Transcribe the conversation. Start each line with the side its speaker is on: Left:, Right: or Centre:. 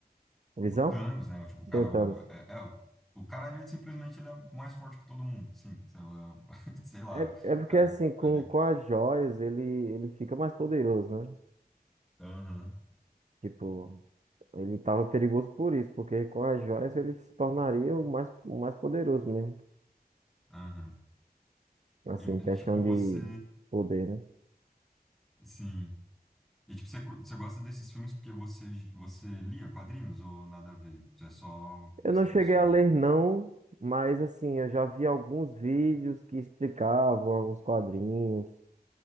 Right: Visão?
Centre: o Thanos, né? O, tipo, o cara,
Right: Sim, o Thanos.
Centre: o, é, é, o, o cara, ele simplesmente ele é mais forte que todo mundo, sim. Sei lá, <laughs> sei lá,
Right: É, é porque
Centre: o cara,
Right: assim, com,
Centre: ele é.
Right: com as joias ele, ele fica mais poderoso, né?
Centre: Aham,
Right: Tipo, ele tava perigoso por isso, porque com as joias ele se tornaria o mais, o mais poderoso mesmo.
Centre: aham.
Right: Assim,
Centre: E,
Right: questão
Centre: tipo, você.
Right: de poder, né?
Centre: Sim. E tipo, você, cur- você gosta desses filmes porque você, você lia quadrinhos ou nada a ver? É só
Right: Eu
Centre: questão
Right: não cheguei
Centre: dos filmes
Right: a ler,
Centre: mesmo.
Right: não, mas assim, eu já vi alguns vídeos que explicavam, alguns quadrinhos.